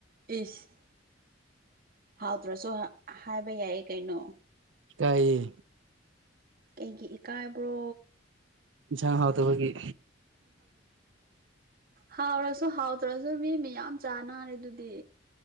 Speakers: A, on the right; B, on the right.
A: ꯏꯁ ꯍꯥꯎꯇ꯭ꯔꯁꯨ ꯍꯥꯏꯕ ꯌꯥꯏ ꯀꯩꯅꯣ
B: ꯏꯀꯌꯦ
A: ꯀꯩꯒꯤ ꯏꯀꯥꯏꯕ꯭ꯔꯣ
B: ꯖ ꯍꯥꯎꯗ ꯕꯒꯤ
A: ꯍꯥꯎꯔꯁꯨ ꯍꯥꯎꯇ꯭ꯔꯁꯨ ꯃꯤ ꯃꯤꯌꯥꯝ ꯆꯅꯥꯔꯦ ꯑꯗꯨꯗꯤ